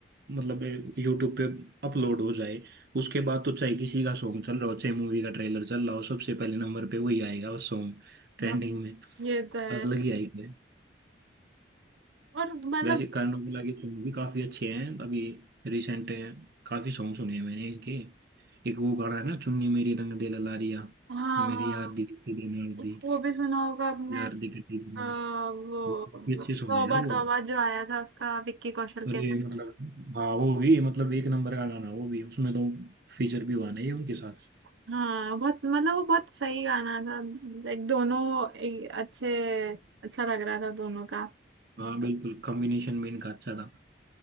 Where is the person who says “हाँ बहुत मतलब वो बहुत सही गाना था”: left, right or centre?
Right